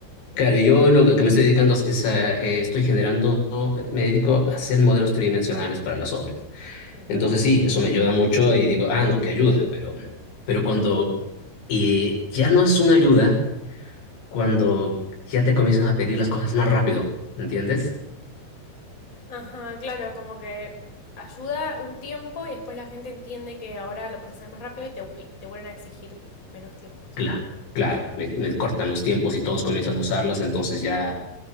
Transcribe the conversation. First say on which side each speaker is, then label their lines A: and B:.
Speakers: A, on the left (about 70°); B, on the left (about 15°).
A: claro, yo lo que me estoy dedicando es a, eh, estoy generando, me dedico a hacer modelos tridimensionales para las obras.
B: Mm.
A: Entonces sí, eso me ayuda mucho y digo, ah, no, que ayuda, pero, pero cuando eh, ya no es una ayuda, cuando ya te comienzan a pedir las cosas más rápido, ¿entiendes?
B: Ajá, claro, como que ayuda un tiempo y después la gente entiende que ahora lo puedes hacer más rápido y te, y te vuelven a exigir menos tiempos.
A: Claro, claro, me, me cortan los tiempos y todos comienzan a usarlos, entonces ya,